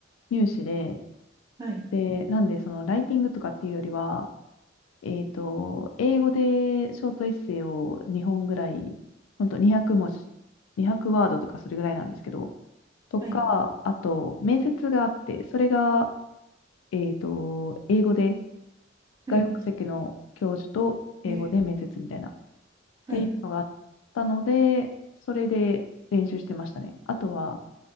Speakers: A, on the left; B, on the right.
A: 入試で、
B: はい、
A: で、なんで、その、ライティングとかっていうよりは、えっと、英語でショートエッセイを2本ぐらい、ほんと200文字、200ワードとかそれぐらいなんですけど、とか、
B: はい、
A: あと、面接があって、それが、えっと、英語で、
B: はい、
A: 外国籍の教授と英語で面接みたいな、
B: え、
A: っ
B: はい、
A: ていうのがあったので、それで練習してましたね。あとは、